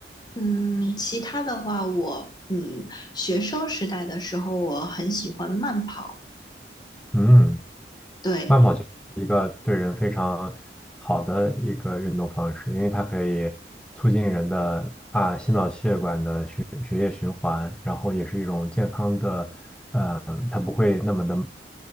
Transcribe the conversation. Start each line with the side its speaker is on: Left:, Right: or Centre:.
Left: 嗯，其他的话我，嗯，学生时代的时候，我很喜欢慢跑，
Centre: 嗯。
Left: 对，
Centre: 慢跑就是一个对人非常好的一个运动方式，因为它可以促进人的啊心脑血管的血血液循环，然后也是一种健康的，呃，它不会那么的